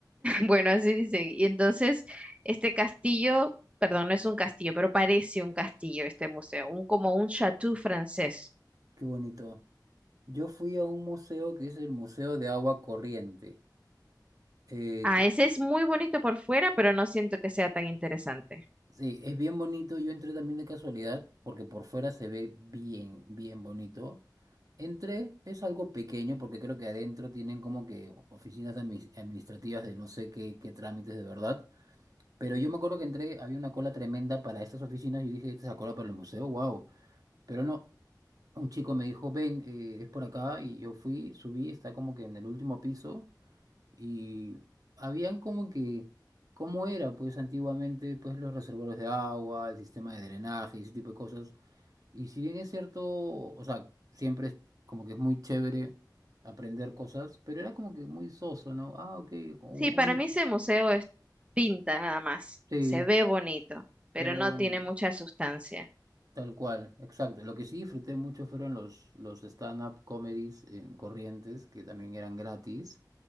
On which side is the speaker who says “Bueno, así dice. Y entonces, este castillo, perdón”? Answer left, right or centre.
Right